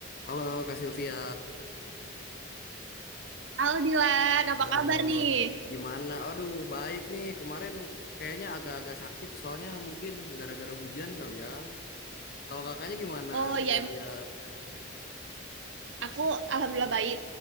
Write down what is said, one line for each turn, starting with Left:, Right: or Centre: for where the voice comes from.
Left: Halo Kak Sylvia.
Right: Halo Dilan, apa
Left: Halo.
Right: kabar nih?
Left: Gimana? Waduh baik nih. Kemarin kayaknya agak-agak sakit soalnya mungkin gara-gara hujan kali ya. Kalau kakaknya gimana
Right: Oh
Left: Kak
Right: ya
Left: Sylvia?
Right: emang aku alhamdulillah baik.